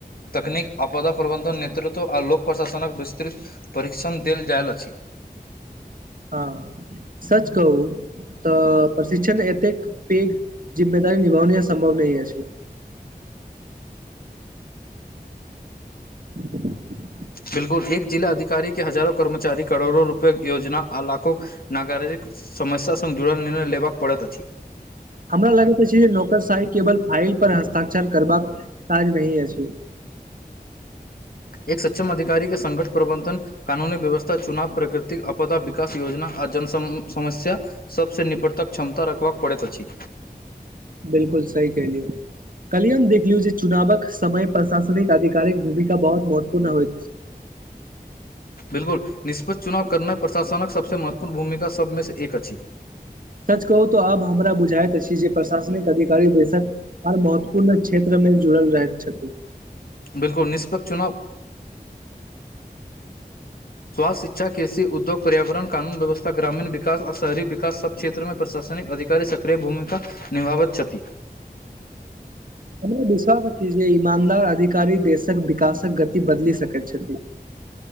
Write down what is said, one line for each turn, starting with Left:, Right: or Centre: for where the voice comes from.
Left: तकनीक आपदा प्रबन्धन नेतृत्व आ ल लोक प्रशासन विस्तृत परीक्षण देल जाएल अछि
Right: हँ सच कहू तऽ प्रशिक्षण एतेक पेघ जिम्मेदारी निभावनी सम्भव नहि अछि। <inaudible>
Left: बिलकुल एक जिला अधिकार के हजारो कर्मचारी करोड़ो रूपए योजना आ लाखो नागरिक। समस्या संग जुड़ल निर्णय लेबाक पड़त अछि।
Right: हमरा लागैत अछि जे नौकरशााही केवल फाइल पर हस्ताक्षर करबाक काज नहि अछि।
Left: एक सक्षम अधिकारी के संघठ प्रबंधन। कानूनी व्यवस्था चुनाव प्रकृतिक अपदा विकास योजना आ जन समस्या सभ सँ निपटतक क्षमता रखबाक पड़ैत अछि।
Right: बिलकुल सही कलियौ। कलियए हम देखलियौ जे चुनावक समय प्रशासनिक आधिकारिक भूमिका बहुत महत्वपूर्ण होइत अछि।
Left: बिल्कुल निष्प्ष चुनाव करनाइ प्रशासनकक सभ सँ महत्वपूर्ण भूमिका सभ में से एक अछि।
Right: सच कहू तऽ आब हमरा बुझाइत अछि। जे प्रशासनिक अधिकारी देक हर महत्वपूर्ण क्षेत्र में जुड़ल रह छथि।
Left: बिलकल निष्पक्ष चुनाव स्वासथ्य शिक्षा कृषि उद्योग पर्यावरण कानून व्यवस्था ग्रामीण विकास आ शहरी विकास सभ क्षेत्र में प्रशासनिक अधिकारी सक्रिय भूमिका निभावैत छथि।
Right: हमरा विश्वास अछि। जे ईमानदार अधिकारी देशक विकासक गति बदल सक छथि।